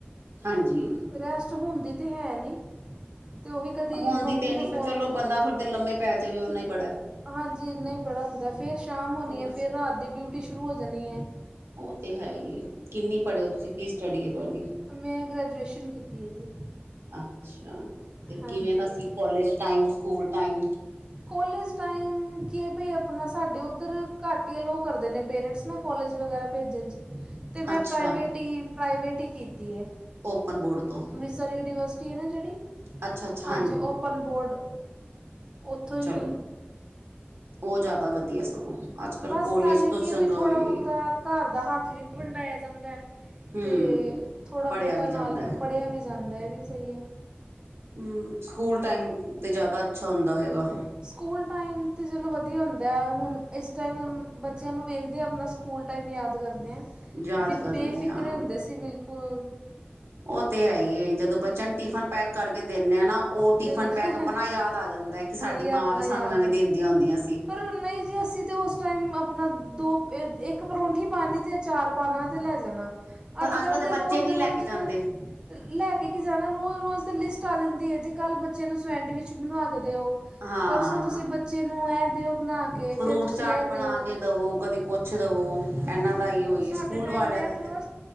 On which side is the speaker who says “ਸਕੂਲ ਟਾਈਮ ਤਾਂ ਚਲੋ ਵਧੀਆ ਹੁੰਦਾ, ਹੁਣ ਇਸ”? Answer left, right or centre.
Right